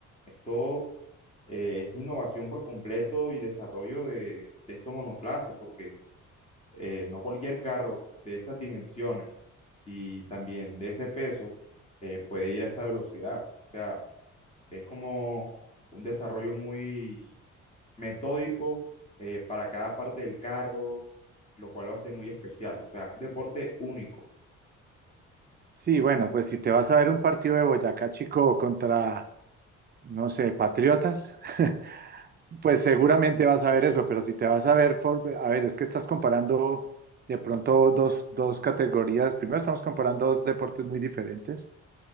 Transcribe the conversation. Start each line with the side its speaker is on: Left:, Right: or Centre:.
Left: esto... eh, es innovación por completo y desarrollo de, de estos monoplazas, porque eh, no cualquier carro de estas dimensiones y también de ese peso eh, puede ir a esa velocidad. O sea, es como un desarrollo muy metódico eh, para cada parte del carro, lo cual lo hace muy especial. O sea, un deporte único.
Right: Sí, bueno, pues si te vas a ver un partido de Boyacá Chico contra, no sé, Patriotas, <laughs> Pues seguramente vas a ver eso, pero si te vas a ver, for- a ver, es que estás comparando de pronto dos, dos categorías. Primero, estamos comparando dos deportes muy diferentes.